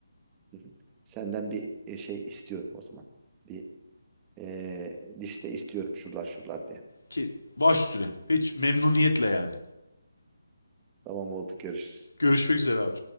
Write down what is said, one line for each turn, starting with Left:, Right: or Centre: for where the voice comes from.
Right: hı hı, senden bir e, şey istiyorum o zaman. Bir e, liste istiyorum şuralar şuralar diye.
Left: Ki baş üstüne. Hiç memnuniyetle yani.
Right: Tamam oldu görüşürüz.
Left: Görüşmek üzere abi.